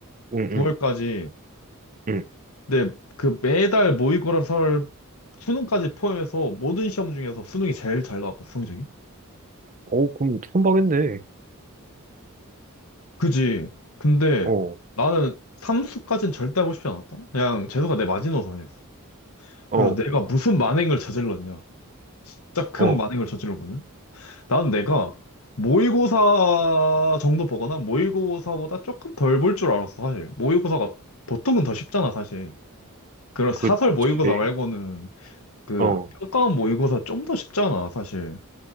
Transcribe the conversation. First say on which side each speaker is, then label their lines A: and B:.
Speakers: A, on the right; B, on the left.
A: 응,
B: 9월까지.
A: 응, 응.
B: 근데 그 매달 모의고사 설 수능까지 포함해서 모든 시험 중에서 수능이 제일 잘 나왔거든, 성적이.
A: 어, 그럼 선박인데.
B: 그지. 근데
A: 어,
B: 나는 삼수까지는 절대 하고 싶지 않았다. 그냥 재수가 내 마지노선이었어.
A: 어,
B: 그래서 내가 무슨 만행을 저질렀냐. 짝큰
A: 어.
B: 만행을 저질러보는. 나는 내가 모의고사 정도 보거나 모의고사보다 조금 덜 볼 줄 알았어, 사실. 모의고사가 보통은 더 쉽잖아, 사실. 그런 사설
A: 그치.
B: 모의고사 말고는 그
A: 어,
B: 평가원 모의고사 좀 더 쉽잖아, 사실.